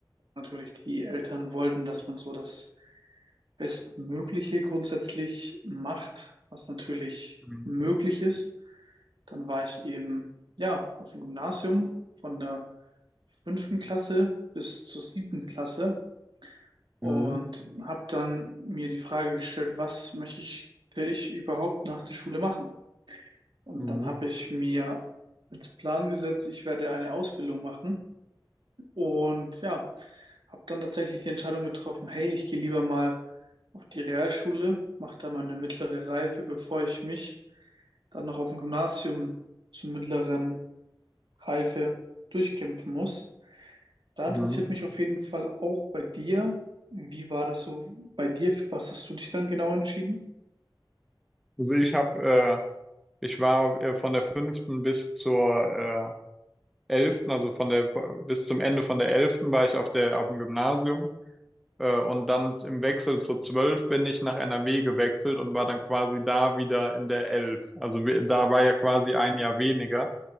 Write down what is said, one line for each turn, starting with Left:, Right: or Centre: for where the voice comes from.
Right: natürlich, die Eltern wollten, dass man so das Bestmögliche grundsätzlich macht, was natürlich
Centre: Mhm.
Right: möglich ist. Dann war ich eben, ja, auf dem Gymnasium von der fünften Klasse bis zur siebten Klasse und
Centre: Mhm.
Right: habe dann mir die Frage gestellt, was möchte ich, will ich überhaupt nach der Schule machen? Und
Centre: Mhm.
Right: dann habe ich mir als Plan gesetzt, ich werde eine Ausbildung machen und ja, habe dann tatsächlich die Entscheidung getroffen, hey, ich gehe lieber mal auf die Realschule, mache da mal eine mittlere Reife, bevor ich mich dann noch auf dem Gymnasium zur mittleren Reife durchkämpfen muss. Da
Centre: Mhm.
Right: interessiert mich auf jeden Fall auch bei dir, wie war das so bei dir? Für was hast du dich dann genau entschieden?
Centre: Also ich habe, äh, ich war äh, von der fünften bis zur äh, elften, also von der bis zum Ende von der elften war ich auf der auf dem Gymnasium. Äh, und dann im Wechsel zur zwölf bin ich nach N R W gewechselt und war dann quasi da wieder in der elf. Also wir- da war ja quasi ein Jahr weniger.